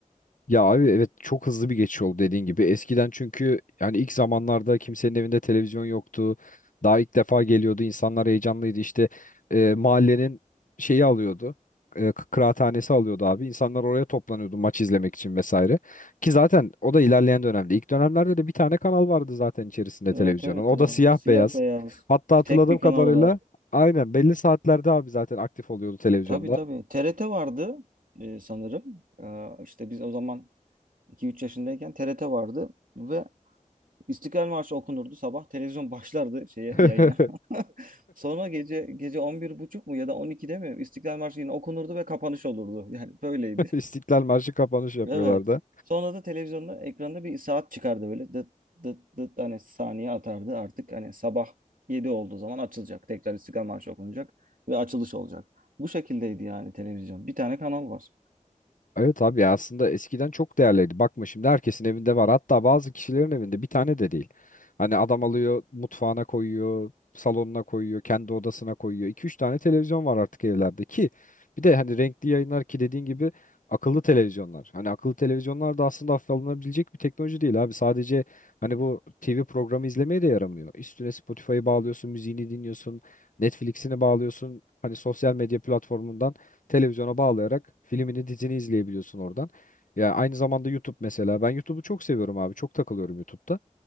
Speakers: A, on the left; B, on the right.
A: Ya abi evet çok hızlı bir geçiş oldu dediğin gibi. Eskiden çünkü yani ilk zamanlarda kimsenin evinde televizyon yoktu. Daha ilk defa geliyordu. insanlar heyecanlıydı. İşte e, mahallenin şeyi alıyordu. E, k- kıraathanesi alıyordu abi. İnsanlar oraya toplanıyordu maç izlemek için vesaire. Ki zaten o da ilerleyen dönemde. İlk dönemlerde de bir tane kanal vardı zaten içerisinde
B: Evet
A: televizyonun.
B: evet
A: O
B: ya.
A: da siyah
B: Siyah
A: beyaz.
B: beyaz.
A: Hatta hatırladığım
B: Bir tek bir
A: kadarıyla
B: kanal var.
A: aynen belli saatlerde abi zaten aktif oluyordu televizyonda.
B: Tabii tabii. TRT vardı e, sanırım. Ee, işte biz o zaman iki üç yaşındayken TRT vardı ve İstiklal Marşı okunurdu sabah. Televizyon başlardı şeye
A: <laughs>
B: yayına. <laughs> Sonra gece gece on bir buçuk mu ya da 12'de mi İstiklal Marşı yine okunurdu ve kapanış olurdu. Yani böyleydi.
A: İstiklal Marşı kapanış yapıyorlardı.
B: Evet. Sonra da televizyonda ekranda bir saat çıkardı böyle dıt dıt dıt hani saniye atardı artık hani sabah 7 olduğu zaman açılacak. Tekrar İstiklal Marşı okunacak ve açılış olacak. Bu şekildeydi yani televizyon. Bir tane kanal var.
A: Evet abi ya aslında eskiden çok değerliydi. Bakma şimdi herkesin evinde var. Hatta bazı kişilerin evinde bir tane de değil. Hani adam alıyor mutfağına koyuyor, salonuna koyuyor, kendi odasına koyuyor. 2 üç tane televizyon var artık evlerde ki bir de hani renkli yayınlar ki dediğin gibi akıllı televizyonlar. Hani akıllı televizyonlar da aslında hafife alınabilecek bir teknoloji değil abi. Sadece hani bu TV programı izlemeye de yaramıyor. Üstüne Spotify'ı bağlıyorsun, müziğini dinliyorsun, Netflix'ini bağlıyorsun. Hani sosyal medya platformundan televizyona bağlayarak filmini, dizini izleyebiliyorsun oradan. Ya aynı zamanda YouTube mesela. Ben YouTube'u çok seviyorum abi. Çok takılıyorum YouTube'da.